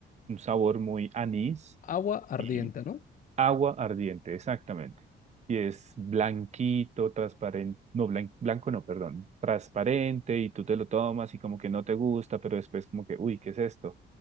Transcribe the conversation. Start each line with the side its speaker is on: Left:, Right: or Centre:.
Right: un sabor muy anís
Left: Agua ardiente,
Right: y
Left: ¿no?
Right: Agua ardiente, exactamente. Y es blanquito, transparente, no, blan- blanco no, perdón, transparente y tú te lo tomas y como que no te gusta, pero después como que, uy, ¿qué es esto?